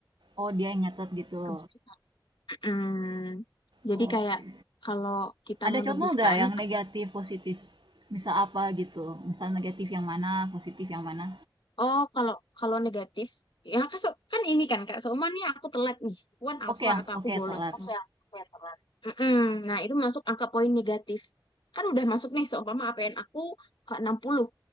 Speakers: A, on the right; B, on the left.
A: Oh, dia yang nyatet gitu.
B: Kebiasaan. Mm, Jadi
A: Oke.
B: kayak kalau kita
A: Ada
B: mau
A: contoh
B: nebuskan
A: nggak yang negatif, positif? Misal apa gitu? Misal negatif yang mana, positif yang mana?
B: Oh, kalau kalau negatif, ya kan, so- kan ini kan Kak, seumpamanya aku telat nih, aku kan
A: Oke,
B: alfa
A: yang
B: atau
A: oke
B: aku bolos
A: telat.
B: nih. Oke. Mm-mm. Nah, itu masuk angka poin negatif. Kan udah masuk nih, seumpama APN aku eh, 60